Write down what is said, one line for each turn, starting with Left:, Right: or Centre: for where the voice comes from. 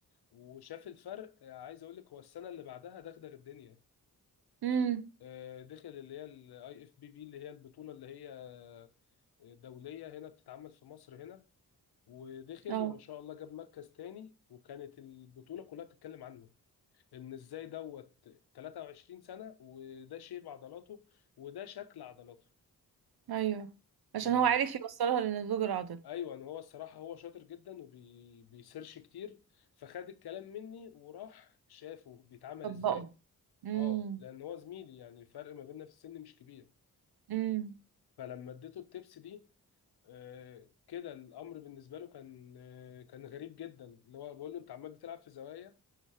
Left: وشاف الفرق عايز اقول لك هو السنه اللي بعدها دغدغ الدنيا
Right: امم
Left: آه، دخل اللي هي الاي اف بي بي اللي هي البطوله اللي هي آه، دوليه هنا بتتعمل في مصر هنا ودخل
Right: اه
Left: وما شاء الله جاب مركز تاني وكانت البطوله كلها بتتكلم عنه ان ازاي دوت 23 سنه وده شيب عضلاته وده شكل عضلاته
Right: ايوه عشان
Left: ان
Right: هو عارف يوصلها للنضوج العضلي
Left: ايوه ان هو الصراحه هو شاطر جدا وبيسيرش كتير فخد الكلام مني وراح شافه بيتعمل
Right: طبقه
Left: ازاي
Right: امم
Left: اه لان هو زميلي يعني الفرق ما بيننا في السن مش كبير
Right: امم
Left: فلما اديته التبس دي آه، كده الامر بالنسبه له كان آه، كان غريب جدا اللي هو بقول له انت عمال بتلعب في زوايا